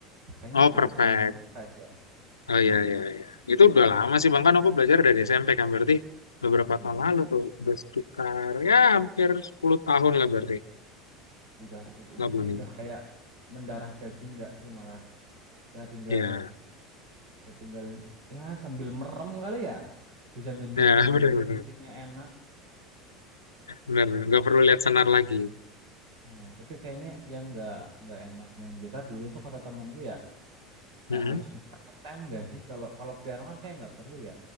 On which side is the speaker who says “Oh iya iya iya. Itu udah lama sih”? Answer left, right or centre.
Left